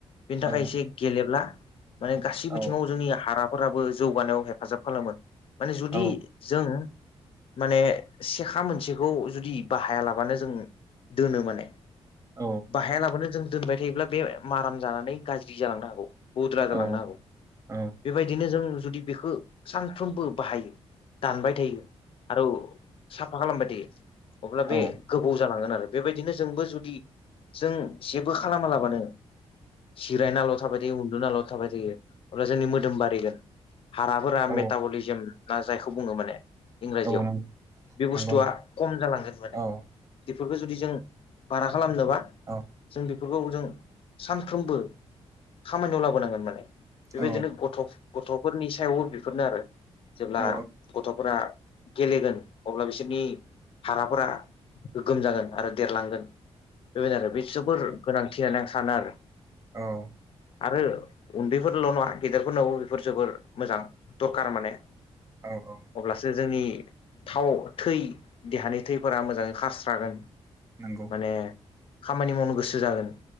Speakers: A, on the left (about 55°); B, on the right (about 30°).
A: बेनि
B: औ
A: थाखाय एसे। गेलेब्ला माने गासै
B: औ
A: बिथिङाव जोंनि हाराफोराबो जौगानायाव हेफाजाब खालामो। माने जुदि
B: औ
A: जों। माने सेखा मोनसेखौ जुदि बाहायालाबानो जों दोनो माने।
B: औ
A: बाहाया लाबानो जों दोनबाय थायोब्ला बे माराम जानानै गाज्रि जालांनो हागौ। बुद्रा जालांनो
B: औ
A: हागौ
B: औ
A: बेबायदिनो जों जुदि बेखौ सानफ्रोमबो बाहायो। दानबाय थायो। औ साफा खालामबायदि अब्ला
B: औ
A: बे गोबाव जालांगोन आरो बेबायदिनो जोंबो जुदि जों जेबो खालामालाबानो जिरायनाल' थाबायदि उन्दुनाल' थाबाय थायो अब्ला जोंनि मोदोम बारिगोन हाराफोरा
B: औ
A: मेटाबलिजम ना जायखौ बुो माने। इंराजियाव
B: औ
A: बे
B: नंगौ
A: बुस्थुआ
B: नंगौ
A: खम जालांगोन माने
B: औ
A: बेफोरखौ जुदि जों बारा खालामनोबा
B: औ
A: जों बेफोरखौ जों सानफ्रोमबो खामानियाव लाबोनांगोन माने बेबायदिनो
B: औ
A: गथ' गथ'फोरनि सायावबो बेफोरनो आरो जेब्ला
B: औ
A: गथफोरा गेलेगोन अब्ला बिसोरनि हाराफोरा गोग्गोम जागोन आरो देरलांगोन। बेबायदिनो आरो बि जुरफोर गोनांथि होननानै आं सानो आरो।
B: औ
A: आरो उन्दैफोरल' नङा गेदेरफोरनावबो बेफोर जोबोर मोजां। दखार माने
B: औ औ
A: अब्लास जोंनि थाव थै देहानि थैफोरा मोजाङै खारस्रागोन।
B: नंगौ
A: माने खामानि मावनो गोसो जागोन